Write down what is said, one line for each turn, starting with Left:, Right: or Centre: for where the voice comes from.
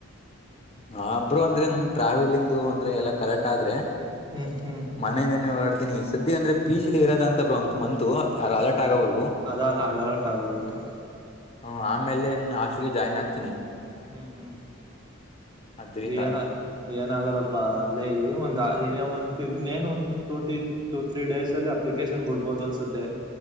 Left: ಹ ಬ್ರೋ ಅಂದ್ರೆ ನನ್ ಟ್ರಾವೆಲ್ಂದು ಅಂದ್ರೆ ಎಲ್ಲಾ ಕರೆಕ್ಟ್ ಆದ್ರೆ
Right: ಹ್ಮ್ ಹ್ಮ್
Left: ಮನೆ ಇಂದಾನೆ ಹೊಡಡ್ತಿನಿ ಈ ಸದ್ಯ ಅಂದ್ರೆ ಪಿ. ಜಿಲಿ ಇರದ್ ಅಂತಾ ಬಂತ ಮಂತು ಅಲರ್ಟ್ ಆಗೋವರ್ಗೂ
Right: ಅದ ಅಲ್ಲ ಅಡಳಟ್ ಆಗದುಂತ್ <unintelligible>
Left: ಹ ಆಮೇಲೆ ಹೊಷ್ಟಾಲಿಗೆ ಜಾಯ್ನ್ ಆಗ್ತೀನಿ.
Right: ಹ್ಮ್ ಹ್ಮ್
Left: ಅದ್ರಿಂದ
Right: ದಿಯನ ಏನ ಆಗದಪ್ರ ಅ ಅಲ್ಲೇ ಇದ ಒಂದ ಒನ್ ಒಂದ ಟೂಟ. <unintelligible> ಟು ತ್ರೀ ಡೇಸ್ ಅಲ್ಲಿ ಅಪ್ಲಿಕೇಶನ್ ಬಿಡ್ಬಹುದು ಅನ್ನಿಸುತ್ತೆ